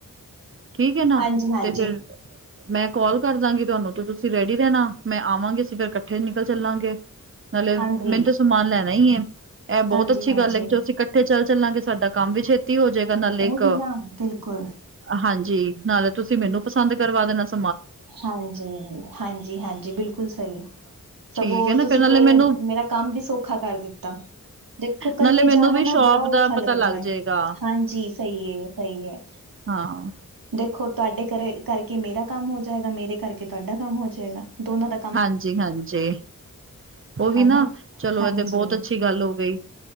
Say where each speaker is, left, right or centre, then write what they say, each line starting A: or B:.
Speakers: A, on the right (about 40°); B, on the right (about 85°).
A: ਠੀਕ ਐ ਨਾ
B: ਹਾਂਜੀ ਹਾਂਜੀ
A: ਤੇ ਫਿਰ ਮੈਂ ਕੋਲ ਕਰਦਾਂ ਗੀ ਤੁਹਾਨੂੰ ਤੇ ਤੁਸੀਂ ਰੈਡੀ ਈ ਰਹਿਣਾ ਆ ਮੈਂ ਆਵਾਂ ਗੀ ਅਸੀਂ ਫੇਰ ਇਕੱਠੇ ਨਿਕਲ ਚੱਲਾਂਗੇ ਏ ਨਾਲੇ
B: ਹਾਂਜੀ
A: ਮੈਨੂੰ ਤੇ ਸਮਾਨ ਲੈਣਾ ਹੀ ਐ ਇਹ
B: ਹਾਂਜੀ
A: ਬਹੁਤ ਅੱਛੀ
B: ਹਾਂਜੀ
A: ਗੱਲ ਐ ਕਿ ਚੱਲੋ ਅਸੀਂ ਕ ਫੇਰ ਚੱਲਾਂ ਗੇ ਸਾਡਾ ਕੰਮ ਵੀ ਛੇਤੀ ਹੋ ਜੇ ਗਾ ਨਾਲੇ ਇੱਕ
B: ਉਹੀ
A: ਆ
B: ਨਾ ਬਿਲਕੁਲ
A: ਹਾਂਜੀ ਨਾਲੇ ਤੁਸੀਂ ਮੈਨੂੰ ਪਸੰਦ ਕਰਵਾ ਦੇਣਾ ਆ
B: ਹਾਂਜੀ ਈ ਹਾਂਜੀ ਈ ਹਾਂਜੀ ਈ ਬਿਲਕੁਲ ਸਈ
A: ਠੀਕ
B: ਸਗੋਂ
A: ਹੈ ਨਾ
B: ਤੁਸੀਂ
A: ਫਿਰ ਨਾਲੇ
B: ਪੈ
A: ਮੈਨੂੰ
B: ਅ ਮੇਰਾ ਆ ਕੰਮ ਵੀ ਸੌਖਾ ਕਰ ਦਿੱਤਾ ਆ ਦੇਖੋ
A: ਨਾਲੇ
B: ਕੱਲੇ
A: ਮੈਨੂੰ
B: ਜਾਣਾ
A: ਵੀ ਸ਼ੋਪ
B: ਨਾ ਬੜਾ
A: ਦਾ
B: ਔਖਾ
A: ਪਤਾ
B: ਲੱਗਦਾ
A: ਲੱਗ
B: ਐ
A: ਜਾਏਗਾ।
B: ਹਾਂਜੀ ਸਹੀ ਏ ਸਹੀ ਐ
A: ਹਾਂ ਆ
B: ਦੇਖੋ ਤਾਡੇ ਕਰੇ ਕਰਕੇ ਮੇਰਾ ਕੰਮ ਹੋ ਜਾਏਗਾ ਮੇਰੇ ਕਰਕੇ ਤੁਹਾਡਾ ਕੰਮ ਹੋ ਜਾਏਗਾ ਦੋਨਾਂ ਤੱ
A: ਹਾਂਜੀ ਈ ਹਾਂਜੀ ਈ ਉਹੀ
B: ਹਨਾ।
A: ਨਾ ਚਲੋ
B: ਹਾਂਜੀ,
A: ਇਹ ਤੇ ਬਹੁਤ ਅੱਛੀ ਗੱਲ ਹੋ ਗਈ